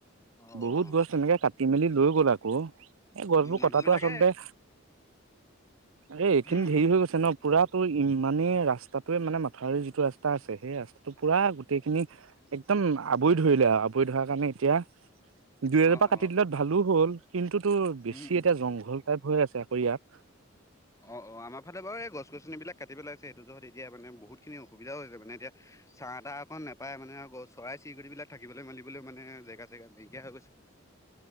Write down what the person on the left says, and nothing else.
অ'
অ'
উম মানুহ
বিলাকে
উম
উম
অ' অ'
উম উম
অ অ আমাৰ ফালে বাৰু এই গছ গছনিবিলাক কাটি পেলাইছে সেইটো য'ত এতিয়া মানে বহুতখিনি অসুবিধাও হৈছে মানে এতিয়া চাহ তাহ অকন নেপায় মানে গছ চৰাই চিৰিকটি বিলাক থাকিবলৈ মেলিবলৈ মানে জেগা চেগা নেইকিয়া হৈ গৈছে।